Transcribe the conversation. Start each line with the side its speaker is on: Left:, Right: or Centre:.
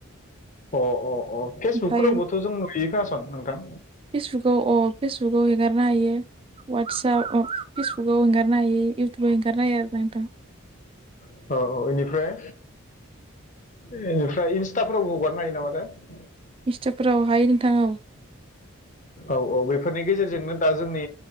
Left: अ अ अ फेसबुकफोरावबोथ'
Right: ओमफ्राय
Left: जों नुयो खोनासं नोंथां
Right: फेसबुकाव अ फेसबुकाव हेगारनो हायो वाटसाप फेसबुक हेंगारनो हायो इउथुबाव हेंगारनो हायो आरो नोंथां।
Left: औ औ बेनिफ्राय बेनिफ्राय इन्स्टाफ्रावबो हगारनो हायो नामाथाय
Right: इनस्टाफोराव हायो नोंथां औ।
Left: औ औ बेफोरनि गेजेरजोंनो दा जोंनि